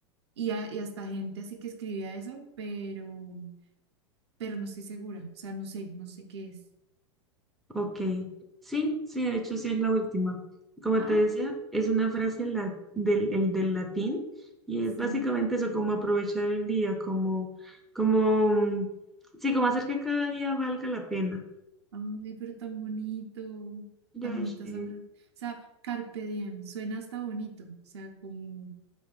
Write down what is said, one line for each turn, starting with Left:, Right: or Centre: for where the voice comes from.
Right: y, a- y hasta gente así que escribía eso, pero, pero no estoy segura, o sea, no sé, no sé qué es.
Centre: Ok. Sí, sí, de hecho sí es la última. Como
Right: Ah,
Centre: te decía, es una frase la- del, el del latín y
Right: Sí,
Centre: es básicamente eso, como aprovechar el día, como, como, mm, sí, como hacer que cada día valga la pena.
Right: ay, pero tan bonito,
Centre: Ya
Right: tan bonita
Centre: sé.
Right: esa frase. O sea, carpe diem, suena hasta bonito, o sea, como